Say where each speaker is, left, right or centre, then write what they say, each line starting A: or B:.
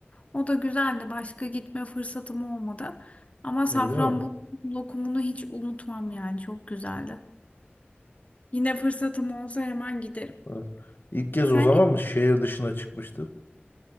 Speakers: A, on the left (about 35°); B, on the left (about 60°).
A: O da güzeldi. Başka gitme fırsatım olmadı. Ama Safranbolu
B: Öyle mi?
A: lokumunu hiç unutmam yani çok güzeldi. Yine fırsatım olsa hemen giderim.
B: Evet. İlk kez
A: Sen
B: o zaman
A: git
B: mı şehir dışına çıkmıştın?